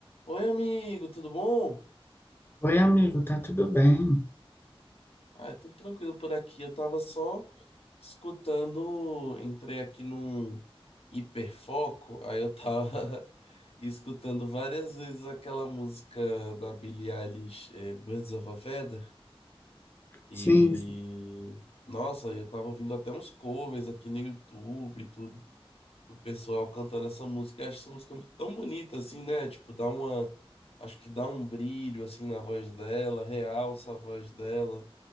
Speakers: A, on the left; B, on the left.
A: Oi, amigo, tudo bom?
B: Oi, amigo, tá tudo bem?
A: Ah, tudo tranquilo por aqui. Eu tava só escutando, entrei aqui num hiperfoco, aí eu tava <laughs> escutando várias vezes aquela música da Billie Eilish, eh, Birds of a Feather, e
B: Sim,
A: nossa, eu tava ouvindo até uns covers aqui no YouTube e tudo. o pessoal cantando essa música. Eu acho essa música tão bonita assim, né? Tipo, dá uma. Acho que dá um brilho assim na voz dela, realça a voz dela.